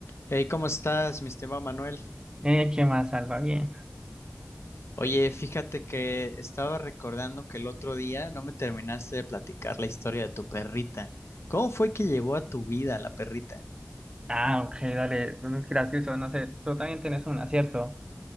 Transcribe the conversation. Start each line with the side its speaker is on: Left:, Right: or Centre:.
Left: Hey, ¿cómo estás, mi estimado Manuel?
Right: Eh, ¿qué más salva bien?
Left: Oye, fíjate que estaba recordando que el otro día no me terminaste de platicar la historia de tu perrita. ¿Cómo fue que llegó a tu vida la perrita?
Right: Ah, ok, dale, mm, gracioso, no sé, tú también tienes una, ¿cierto?